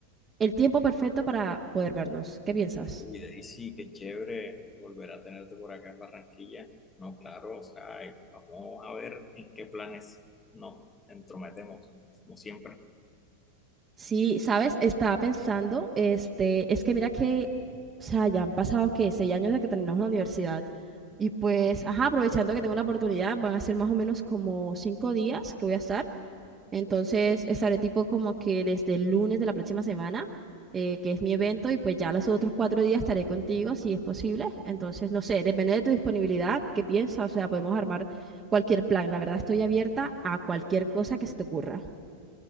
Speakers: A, on the right; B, on the left.
A: el tiempo perfecto para poder vernos. ¿Qué piensas?
B: Uy, Daisy, qué chévere volver a tenerte por acá en Barranquilla. No, claro, o sea, eh, vamos a ver en qué planes nos entrometemos, como siempre.
A: Sí, sabes, estaba pensando, este, es que mira que, o sea, ya han pasado que seis años de que terminamos la universidad y pues, ajá, aprovechando que tengo la oportunidad, van a ser más o menos como cinco días que voy a estar. Entonces, estaré tipo como que desde el lunes de la próxima semana, eh, que es mi evento, y pues ya los otros cuatro días estaré contigo si es posible. Entonces, no sé, depende de tu disponibilidad, qué piensas, o sea, podemos armar cualquier plan. La verdad, estoy abierta a cualquier cosa que se te ocurra.